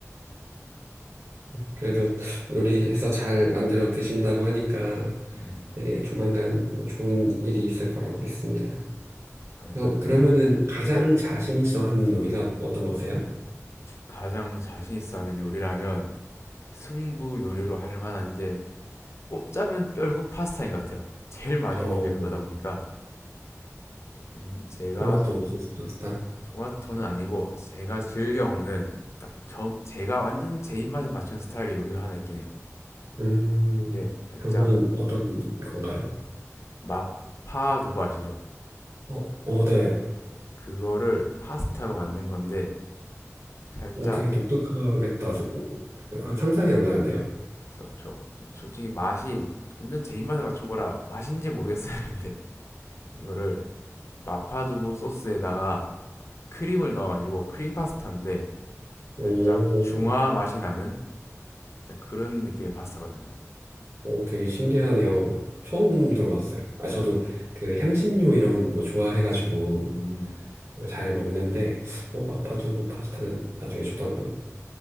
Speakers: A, on the right (about 60°); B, on the left (about 55°).
A: 그래도 요리해서 잘 만들어 드신다고 하니까
B: 음,
A: 되게 조만간 뭐 좋은 일이 있을 거라고 믿습니다.
B: 감사합니다.
A: 어, 그러면은 가장 자신 있어 하는 요리가 어떤 거세요?
B: 가장 자신 있어 하는 요리라면 승부 요리로 할 만한 게 꼽자면 결국 파스타인 것 같아요. 제일 많이
A: 어,
B: 해먹은 게 그거다 보니까 음, 제가
A: 토마토 소스 파스타.
B: 토마토는 아니고 제가 즐겨 먹는 딱 저 제가 완전 제 입맛에 맞춘 스타일의 요리가 하나 있긴 해요.
A: 음,
B: 이게 살짝
A: 그거는 어떤 건가요?
B: 마파 두부 아시죠?
A: 어, 어, 네.
B: 그거를 파스타로 만든 건데 살짝
A: 어, 되게 독특하겠다. 세- 안- 상상이 안 가는데요?
B: 그래서 저 솔직히 맛이 완전 제 입맛에 맞춘 거라 맛인지 모르겠어요. <laughs> 근데 이거를 마파두부 소스에다가 크림을 넣어가지고 크림 파스타인데
A: 오,
B: 살짝 중화 맛이 나는 살짝 그런 느낌의 파스타거든요.
A: 오, 되게 신기하네요. 처음 들어봤어요. 아, 저도
B: 네.
A: 그 향신료 이런 거 좋아해가지고
B: 음,
A: 잘 먹는데, 어, 마파두부 파스타는 나중에 저도 한번